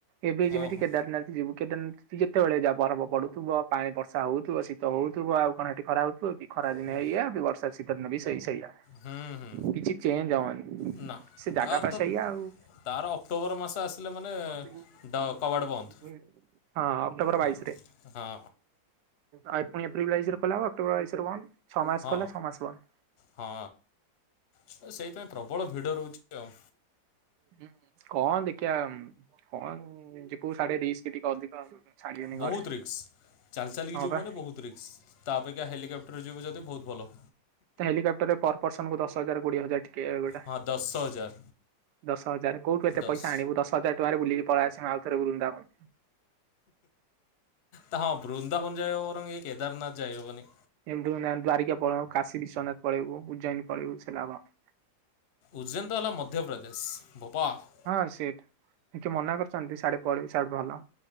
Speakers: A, on the right; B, on the left.
A: ଏବେ ଯେମିତି
B: ଓହୋ
A: କେଦାରନାଥ ଯିବୁ କେଦାରନାଥ ତୁ ଯେତଅଳେ ଯାଆ ବରଫ ପଡୁଥିବ ପାଣି ବର୍ଷା ହଉଥିବ ଶୀତ ହଉଥିବ ଆଉ କଣ ହେଟି ଖରା ହଉଥିବ କି? ବି ଖରା ଦିନେ
B: ହୁଁ
A: ଏଇଆ ବି ବର୍ଷା ଶୀତ ଦିନେ ବି ସେଇ ସେଇଆ।
B: ହୁଁ ହୁଁ।
A: କିଛି ଚେଞ୍ଜ ହବନି
B: ନା
A: ସେ ଜାଗା
B: ତାର
A: ପା
B: ତ
A: ସେଇଆ ଆଉ। ହଁ
B: ତାର ଅକ୍ଟୋବର ମାସ ଆସିଲେ ମାନେ
A: ଅକ୍ଟୋବର
B: ଡ କବାଟ ବନ୍ଦ ହଁ
A: ବାଇଶିରେ।
B: ହଁ
A: ହଁ ପୁଣି ଏପ୍ରିଲ ବାଇଶିରେ ଖୋଲା ହବ ଅକ୍ଟୋବର ବାଇଶିରେ ବନ୍ଦ ଛଅ ମାସ
B: ହଁ
A: ଖୋଲା ଛଅ ମାସ ବନ୍ଦ।
B: ହଁ ସେଇଥି ପାଇଁ ପ୍ରବଳ ଭିଡ଼ ରହୁଛି ଆଉ।
A: ହୁଁ କଣ ଦେଖିଆ କଣ ଯେ କୋଉ ସାଡେ ରିସ୍କ ଟିକେ ଅଧିକ ଛାଡିବେନି
B: ବହୁତ
A: ଘରେ
B: ରିକ୍ସ ଚାଲି ଚାଲିକି
A: ହଁ
B: ଯିବୁ
A: ବା
B: ମାନେ ବହୁତ ରିକ୍ସ ତା ଅପେକ୍ଷା ହେଲିକପ <unintelligible> ରେ ଯିବୁ ଯଦି ବହୁତ ଭଲ।
A: ତ ହେଲିକାପ୍ଟରରେ ପର ପର୍ସନକୁ ଦଶ ହଜାର କୋଡିଏ ହଜାର ଟିକେ ଗୋଟା।
B: ହଁ ଦଶ ହଜାର
A: ଦଶ ହଜାର କୋଉଠୁ ଏତେ
B: ଦଶ
A: ପଇସା ଆଣିବୁ ଦଶ ହଜ ଟଙ୍କାରେ ବୁଲିକି ପଳେଇ ଆସିବୁ ଆଉଥରେ ବୃନ୍ଦାବନ।
B: ତ ହଁ ବୃନ୍ଦାବନ ଯାଇହବ ବରଂ ଏ କେଦାରନାଥ ଯାଇହବନି।
A: <unintelligible> ଦ୍ୱାରିକା ପଳେଇବୁ କାଶୀ ବିଶ୍ୱନାଥ ପଳେଇବୁ ଉଜ୍ଜୈନ ପଳେଇବୁ ସେ। <unintelligible>
B: ଉଜ୍ଜୈନ ତ ହେଲା ମଧ୍ୟପ୍ରଦେଶ ଭୋପାଳ।
A: ହଁ ସେଠ କିଏ ମନା କରିଚନ୍ତି ସିଆଡେ କୁଆଡେ ସିଆଡେ ଭଲ